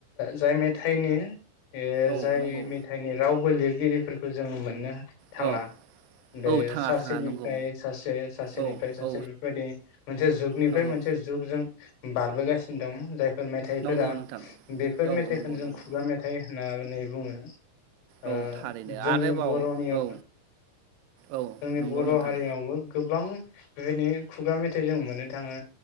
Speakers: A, on the left; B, on the right.
A: जाय मे थाइनि
B: औ
A: जाय
B: नंगौ
A: मेथाइनि रावबो लिर गिरिफोरखौ जोङो मोननो थाङा
B: अ
A: बे
B: औ थाङा
A: सासेनिफ्राय
B: थाङा नंगौ
A: सासे सासेनिफ्राय
B: औ
A: सासे
B: औ
A: बेफोरबायदि मोनसे जुगनिफ्राय
B: नंगौ
A: मोनसे जुगजों बारबो गासि दं जाय फोर मेथाइफोरा
B: नंगौ नोंथां
A: बेफोर
B: औ
A: मेथाइखौनो
B: नंगौ
A: जों
B: नंगौ
A: खुगा मेथाइ होननानै बुङो ओ
B: औ थारैनो
A: जोंनि
B: आरोबाव
A: बर'नियाव
B: औ औ
A: जोंनि
B: नंगौ
A: बर'
B: नोंथां
A: हारियावबो गोबां बिनो खुगा मेथाइ जों मोननो थाङो